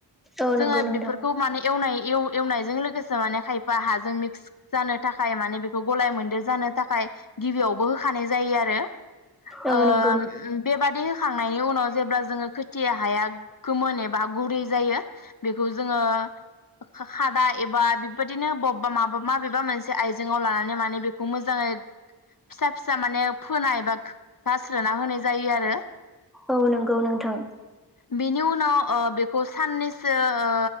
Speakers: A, in the centre; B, on the left.
A: औ नंगौ
B: जोङो
A: नोंथां
B: बेफोरखौ माने एवनाय एव एवनायजों लोगोसे माने खायफा हाजों मिक्स जानो थाखाय माने बेखौ गलाय मोनदेर जानो थाखाय गिबियावबो होखानाय जायो आरो
A: औ
B: ओ
A: नंगौ
B: उम बेबा बे होखांनायनि उनाव जेब्ला जोङो खोथिया हाया गोमोन एबा गुरै जायो बेखौ जोङो खा खादा एबा बेबायदिनो बबेबा माबा माबेबा मोनसे आइजेङाव लानानै माने बेखौ मोजाङै फिसा फिसा माने फोनाय बा गारस्रोना होनाय जायो आरो।
A: औ नोंगौ नोंथां।
B: बेनि उनाव ओ बे खौ साननैसो ओ।